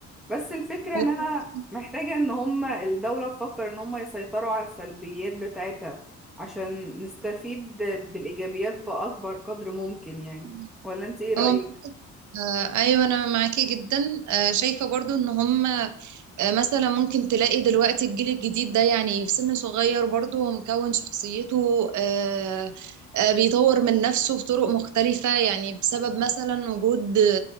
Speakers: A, in the centre; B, on the right.
A: بس الفكرة
B: هو
A: ان انا
B: فعلاً-
A: محتاجة ان هما الدولة تفكر ان هما يسيطروا على السلبيات بتاعتها عشان نستفيد بالايجابيات باكبر قدر ممكن يعني
B: مم.
A: ولا انت ايه رأيك؟
B: اه آه، ايوه انا معاكي جدا آه، شايفه برضو ان هم آه، مثلا ممكن تلاقي دلوقتي الجيل الجديد ده يعني في سن صغير برضو ومكون شخصيته آه، آه، بيطور من نفسه بطرق مختلفه يعني بسبب مثلا وجود